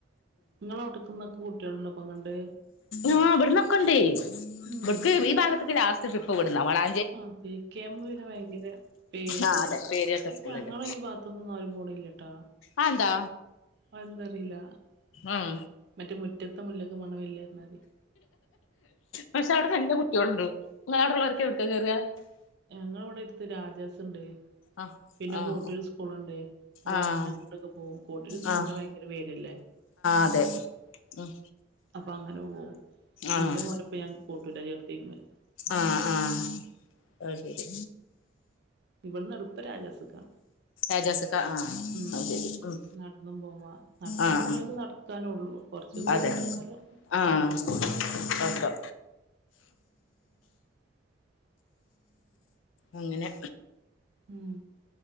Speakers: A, on the right; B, on the left.
A: ഇങ്ങളെ അവിട്ക്ക്ന്നൊക്കെ കുട്ടികളുണ്ടൊ അപ്പൊങ്ങട്
B: ആഹ് വട്ന്നൊക്കണ്ടേയ്.
A: ഉം
B: വടക്ക് ഈ ഭാഗത്ത്ക്ക് ലാസ്റ്റ് ട്രിപ്പ് വട്ന്നാ വളാ
A: ആഹ് പി കെ എം പിന്നെ വൈ യങ്കര പേര്ള്ള
B: ആ അതെ
A: സ്കൂളാ.
B: പേര് കേട്ട
A: പക്ഷെ
B: സ്കൂളല്ലേ
A: ഞങ്ങളെ ഈ ഭാത്ത്ന്നൊന്നും ആരും പോണില്യ ട്ടാ
B: അഅന്താ
A: അഅന്താറീല
B: ഉം..
A: മറ്റെ മുറ്റത്തെ മുല്ലക്ക് മണമില്ലാർഞാതിരി
B: പക്ഷെ അവടെ നല്ല കുട്ട്യോള്ണ്ട്. ങ്ങള അവിടുള്ളവരൊക്കെ എവിട്ക്കാ കേറുക
A: ഞങ്ങളവിടെ എട്ത്ത് രാജാസ് ഇണ്ടേയ്.
B: ആഹ്
A: പിന്നെ
B: ആഹ്
A: കോട്ടൂര് സ്കൂളുണ്ട് അപ്പൊ
B: ആഹ്
A: അങ്ങനെ അങ്ങോട്ടൊക്കെ പോവും. കോട്ടൂര് സ്കൂൾന്
B: ആഹ് ആഹ്
A: ഭയങ്കര പേരല്ലേ
B: അതെ ഉം
A: അപ്പങ്ങനെ പോവും.
B: ആഹ്
A: ഇന്റെ മോനപ്പ ഞാൻ കോട്ടൂരാ ചേർത്തിക്ക്ണത്
B: ആഹ് ആഹ് അഹ്ശരി
A: ഇവിട്ന്ന് എളുപ്പം രാജാസ്ക്കാ
B: ഏജാസിക്ക ആഹ്
A: ഉം
B: അത് ശരി ഉം
A: നട്ന്നും പോവാ. നടക്കാൻ
B: ആഹ്
A: പറ്റ്ണോ
B: ആഹ്
A: ൽക്ക് നട്ക്കാനൊള്ളൂ. കൊർച്ച് ദൂരണ്ട്ന്നാലും
B: അതെ ആഹ്
A: നടക്ക
B: ഒക്കെ. അങ്ങനെ
A: മ്